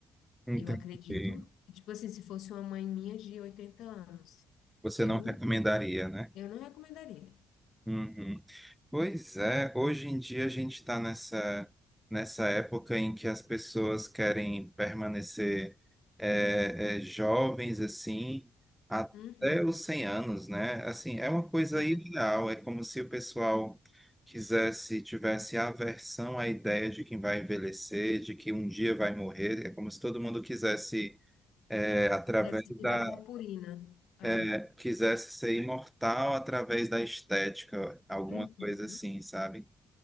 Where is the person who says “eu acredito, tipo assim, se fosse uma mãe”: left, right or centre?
Left